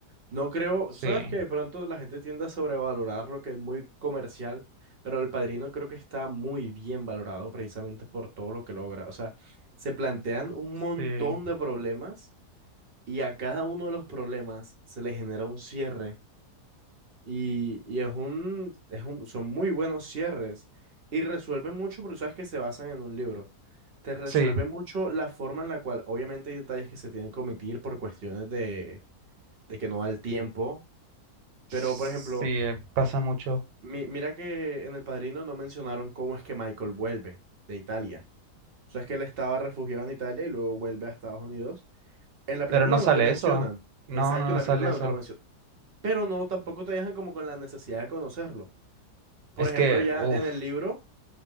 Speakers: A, on the right (about 55°); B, on the right (about 85°).
A: No creo,
B: sí,
A: sabes que de pronto la gente tiende a sobrevalorar lo que es muy comercial, pero El Padrino creo que está muy bien valorado precisamente por todo lo que logra. O sea, se plantean un montón
B: sí,
A: de problemas y a cada uno de los problemas se le genera un cierre y, y es un, es un, son muy buenos cierres y resuelven mucho, pero sabes que se basan en un libro. Te resuelve
B: sí,
A: mucho la forma en la cual, obviamente hay detalles que se tienen que omitir por cuestiones de, de que no da el tiempo
B: sí,
A: pero, por ejemplo,
B: eh, pasa mucho.
A: mi- mira que en El Padrino no mencionaron cómo es que Michael vuelve de Italia. O sea, es que él estaba refugiado en Italia y luego vuelve a Estados Unidos. En la película
B: Pero no sale
A: no te mencionan.
B: eso. No,
A: Exacto,
B: no, no
A: en la
B: sale
A: película
B: eso.
A: no te lo mencionan. Pero no, tampoco te dejan como con la necesidad de conocerlo. Por
B: Es
A: ejemplo,
B: que,
A: ya
B: uff,
A: en el libro